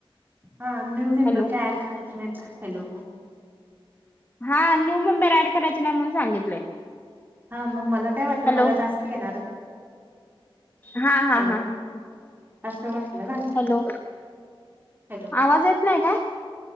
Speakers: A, on the right (about 20°); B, on the left (about 20°).
A: हा न्यू मेंबर
B: हॅलो
A: काय ऍड करायचे नाहीचा हॅलो.
B: हा न्यू मुंबर ऍड कराचे नाही मून सांगितलंय.
A: हा मग मला काय वाटलं
B: हॅलो
A: मला टास्क येणार.
B: हा हा
A: हॅलो
B: हा ह
A: असं वाटलं ना
B: हॅलो.
A: हॅलो
B: आवाज येत नाही का?